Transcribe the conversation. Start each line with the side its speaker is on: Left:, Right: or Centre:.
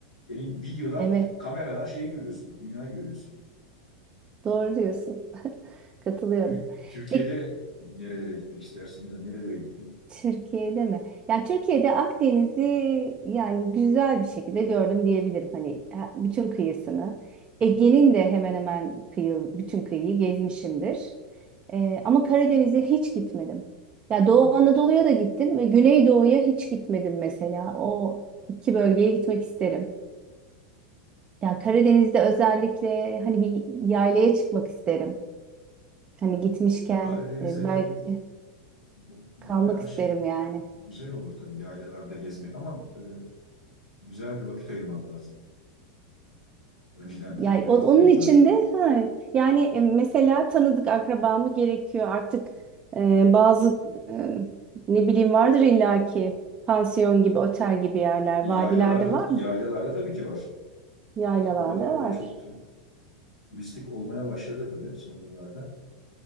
Left: elin videodan,
Right: Evet,
Left: kameradan şeyi görüyorsun, dünyayı görüyorsun yani.
Right: doğru diyorsun. Katılıyorum.
Left: Tür- Türkiye'de
Right: Peki
Left: nerelere gitmek istersin ya da nerelere gittin?
Right: Türkiye'de mi? Ya Türkiye'de Akdeniz'i yani güzel bir şekilde gördüm diyebilirim. Hani he- bütün kıyısını. Ege'nin de hemen hemen kıyı, bütün kıyıyı gezmişimdir. Ee, ama Karadeniz'e hiç gitmedim. Ya Doğu
Left: Hmm.
Right: Anadolu'ya da gittim ve Güneydoğu'ya hiç gitmedim mesela. O iki bölgeye gitmek isterim. Ya Karadeniz'de özellikle hani bir yaylaya çıkmak isterim. Hani gitmişken
Left: Karadeniz'de
Right: e, belki
Left: tabii bu bayağı
Right: kalmak isterim
Left: şey
Right: yani.
Left: güzel olur tabii yaylalarda gezmek ama e, güzel bir vakit ayırmak lazım. Önceden planlayıp
Right: Yani o-
Left: gitmek
Right: onun içinde
Left: lazım.
Right: ha, yani e, mesela tanıdık akrabamı gerekiyor artık e, bazı e, ne bileyim vardır illaki pansiyon gibi otel gibi yerler
Left: E, yaylalarda
Right: vadilerde var
Left: yaylalarda
Right: mı?
Left: tabii ki var.
Right: Yaylalarda
Left: Artık oralarda
Right: var.
Left: da çok tu- turistik olmaya başladı tabii son yıllarda.